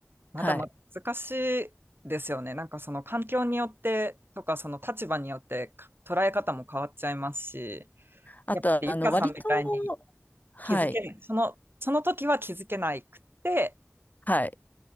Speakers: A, on the right (about 50°); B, on the left (about 35°).
A: まだまだ難しいですよね。
B: はい。
A: なんかその環境によってとか、その立場によってか捉え方も変わっちゃいますし。
B: あと、
A: やっぱりゆかさんみたいに
B: あの、割と、はい、
A: 気づけない。その、その時は気づけないくって、
B: はい。